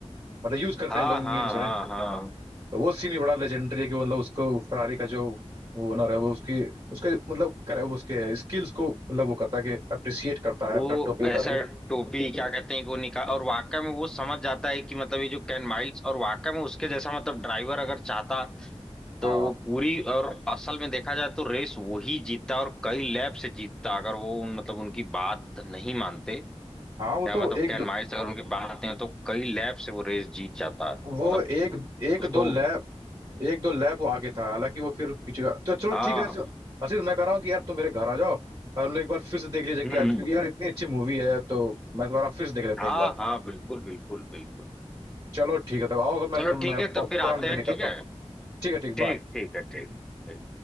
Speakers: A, on the right; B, in the centre.
A: मतलब यूज करते
B: हाँ
A: हैं लोग
B: हाँ
A: मीम्स
B: हाँ
A: में
B: हाँ
A: वो सीन भी बड़ा लेजेंडरी है कि वो मतलब उसको फरारी का जो वो ओनर है वो उसकी उसके मतलब करे वो उसके स्किल्स को मतलब वो करता है कि अप्रिसिएट करता है
B: वो
A: अपना टोपी उतार
B: ऐसा
A: के
B: टोपी क्या कहते हैं कि वो निकाल और वाकई में वो समझ जाता है कि मतलब ये जो कैन माइल्स और वाकई में उसके जैसा मतलब ड्राइवर अगर चाहता
A: हाँ
B: तो वो पूरी और असल में देखा जाए तो रेस वही जीतता और कई लैप से जीतता अगर वो उन- मतलब उनकी बात नहीं मानते
A: हाँ वो
B: या
A: तो
B: मतलब
A: एक
B: कैन
A: दो
B: माइल्स अगर उनकी बात नहीं मानते, तो कई लैप से वो रेस जीत जाता
A: वो
B: मतलब
A: एक एक
B: उसको
A: दो लैप एक दो लैप वो आगे था हालांकि वो फिर पीछे का तो चलो
B: हाँ
A: ठीक है सो- आशीष मैं कह रहा हूँ कि यार तुम मेरे घर आ जाओ और हम लोग एक बार फिर से देख लीजिए क्या
B: हम्म
A: क्योंकि
B: हम्म।
A: यार इतनी अच्छी मूवी है तो मैं दोबारा फिर से देख लेते
B: हाँ
A: हैं एक बार
B: हाँ बिल्कुल बिल्कुल बिल्कुल
A: चलो ठीक है तब आओ मैं
B: चलो
A: तुम
B: ठीक
A: मैं
B: है तो
A: पॉपकॉर्न
B: फिर आते
A: रेडी
B: हैं
A: करता
B: ठीक है
A: हूँ ठीक है ठीक
B: ठीक
A: बाय
B: ठीक है ठीक ठीक